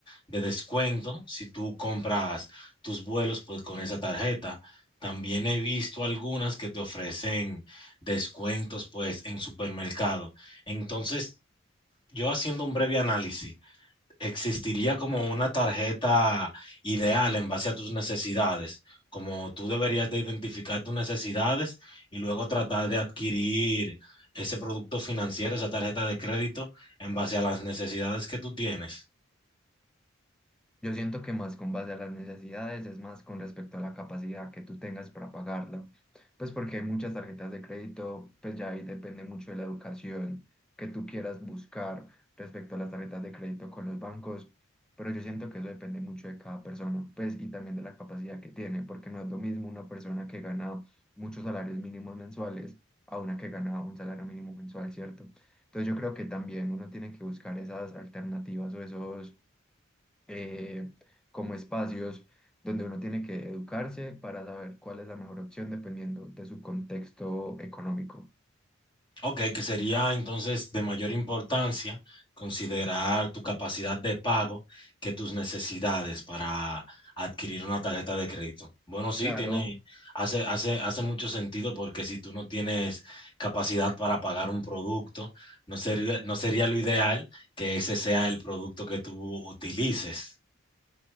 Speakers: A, on the left (about 25°); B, in the centre.
A: de descuento si tú compras tus vuelos pues, con esa tarjeta. También he visto algunas que te ofrecen descuentos pues en supermercado. Entonces, yo haciendo un breve análisis, existiría como una tarjeta ideal en base a tus necesidades, como tú deberías de identificar tus necesidades y luego tratar de adquirir ese producto financiero, esa tarjeta de crédito en base a las necesidades que tú tienes.
B: Yo siento que más con base a las necesidades es más con respecto a la capacidad que tú tengas para pagarla. Pues porque hay muchas tarjetas de crédito, pues ya ahí depende mucho de la educación que tú quieras buscar respecto a las tarjetas de crédito con los bancos. Pero yo siento que eso depende mucho de cada persona, pues y también de la capacidad que tiene, porque no es lo mismo una persona que gana muchos salarios mínimos mensuales a una que gana un salario mínimo mensual, ¿cierto? Entonces yo creo que también uno tiene que buscar esas alternativas o esos eh, como espacios donde uno tiene que educarse para saber cuál es la mejor opción dependiendo de su contexto económico.
A: Ok, que sería entonces de mayor importancia considerar tu capacidad de pago que tus necesidades para adquirir una tarjeta de crédito. Bueno, sí,
B: Claro,
A: tiene, hace, hace, hace mucho sentido porque si tú no tienes capacidad para pagar un producto, no sería, no sería lo ideal que ese sea el producto que tú utilices.